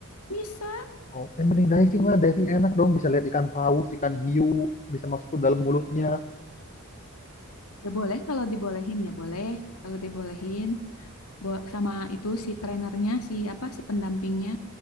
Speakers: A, on the left; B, on the left.
A: bisa.
B: Oh, eh, mending diving
A: Mm-mm.
B: lah, diving enak dong bisa lihat ikan paus, ikan hiu, bisa masuk ke dalam mulutnya.
A: Ya boleh kalau dibolehin ya boleh. Kalau dibolehin bo- sama itu si trenernya si apa si pendampingnya